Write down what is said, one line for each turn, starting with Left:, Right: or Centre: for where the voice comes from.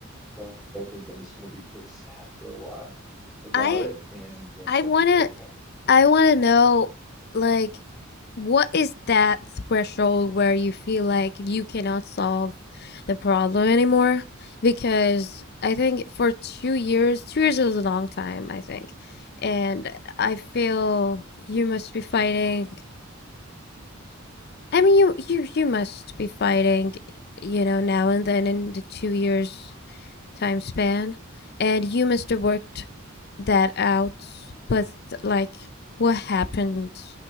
Centre: Probably think I'm just going to be pretty sad for a while about
Left: I
Centre: it, and then
Left: I
Centre: I'll
Left: wanna
Centre: be okay.
Left: I wanna know like what is that threshold where you feel like you cannot solve the problem anymore? Because I think for two years, two years is a long time, I think. And I feel you must be fighting. I mean, you you you must be fighting, you know, now and then in the two years. time span and you must have worked that out but like what happened